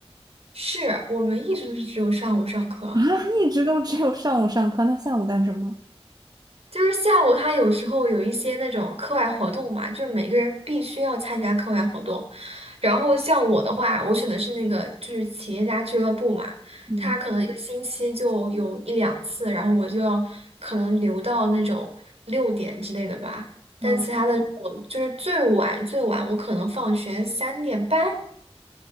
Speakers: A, on the right; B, on the right.
A: 是我们一直都是只有上午上课，
B: 啊，一直都只有上午上课，那下午干什么？
A: 就是下午他有时候有一些那种课外活动嘛，就每个人必须要参加课外活动。然后像我的话，我选的是那个就是企业家俱乐部嘛，
B: 嗯，
A: 他可能一个星期就有一两次，然后我就要可能留到那种六点之类的吧。但其他的我就是最晚最晚我可能放学三点半，
B: 啊，